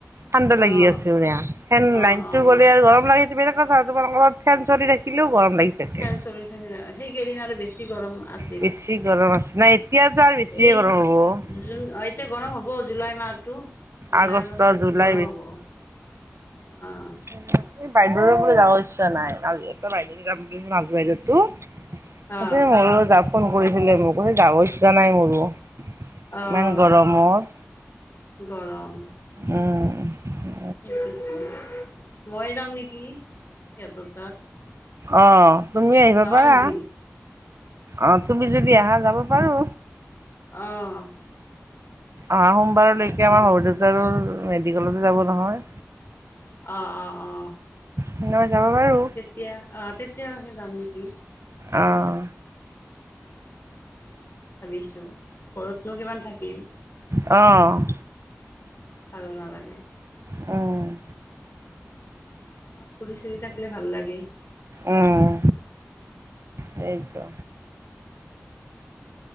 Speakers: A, on the right; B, on the left.
A: ঠাণ্ডা লাগি
B: অ'।
A: আছে মানে আ। ফেন
B: অ',
A: লাইনটো
B: অ',
A: গ'লে আৰু গৰম লাগে সেইটো বেলেগ কথা তোমালোকৰ ঘৰত ফেন চলি থাকিলেও গৰম লাগি থাকে
B: ফেন চলি থাকি না সেইকেইদিন আৰু বেছি গৰম আছ
A: বেছি গৰম আছে নাই এতিয়াতো আৰু বেছিয়ে
B: এই
A: গৰম হ'ব।
B: জুন অ এতিয়া গৰম হ'ব জুলাই মাহটো জুলাই,
A: আগষ্ট
B: আগষ্টতো
A: জুলাই
B: গৰম হ'ব। অহ।
A: এ বাইদেউৰো বোলে যাব ইচ্ছা নাই আজি এটা বাইদেউ যাম বুলি মাজু বাইদেউতো। কৈছে
B: অ'।
A: ময়ো যাম ফোন কৰিছিলে মোক কৈছে যাব ইচ্ছা নাই মোৰো।
B: অহ
A: ইমান গৰমত
B: গৰম।
A: উম উহ উ
B: সিহঁতৰতো, মই যাম নেকি সিহঁতৰ তাত?
A: অহ তুমি আহিব
B: যাবা
A: পাৰা।
B: নেকি
A: অ তুমি যদি আহা যাব পাৰো।
B: অহ।
A: অহা সোমবাৰলৈকে
B: বোলো
A: আমাৰ শশুৰ দেউতাৰৰ মেডিকেলতে যাব নহয়।
B: অ 'অ' অ'।
A: তেনেবা যাব পাৰো।
B: তেতিয়া, অ', তেতিয়াহে যাম নেকি?
A: অঁ।
B: ভাবিছোঁ, ঘৰতনো কিমান থাকিম?
A: অহঁ।
B: ভাল নালাগে।
A: অহ।
B: অলপ ঘুৰি-চুৰি থাকিলে ভাল লাগে।
A: উম, সেইটো।